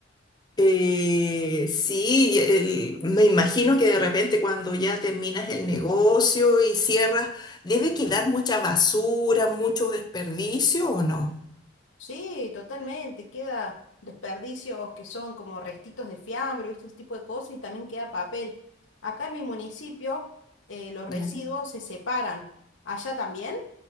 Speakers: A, on the left; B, on the left.
A: Eh, sí, el- me imagino que de repente cuando ya terminas el negocio y cierras, debe quedar mucha basura, mucho desperdicio ¿o no?
B: Sí, totalmente. Queda desperdicios que son como restitos de fiambre, ¿viste? Ese tipo de cosas y también queda papel. Acá en mi municipio eh, los residuos
A: Ya.
B: se separan. ¿Allá también?